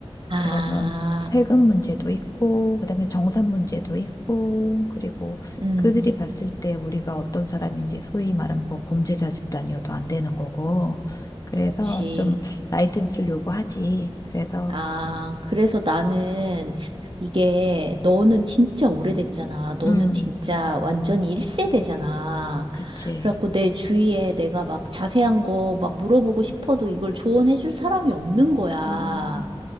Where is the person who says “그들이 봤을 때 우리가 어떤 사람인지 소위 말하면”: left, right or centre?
Left